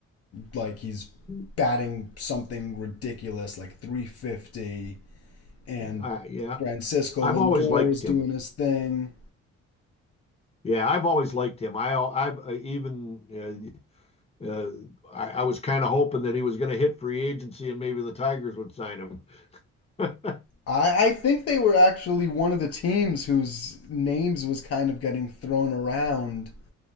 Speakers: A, on the left (about 50°); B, on the left (about 20°).
A: Like he's
B: Yeah,
A: batting something ridiculous, like 350, and
B: I, yeah.
A: Francisco
B: I've
A: Lindor
B: always liked
A: is doing
B: him.
A: his thing.
B: Yeah, I've always liked him. I, I've uh, even uh, uh, I, I was kind of hoping that he was going to hit free agency and maybe the Tigers would sign him. <laughs>
A: I, I think they were actually one of the teams whose names was kind of getting thrown around,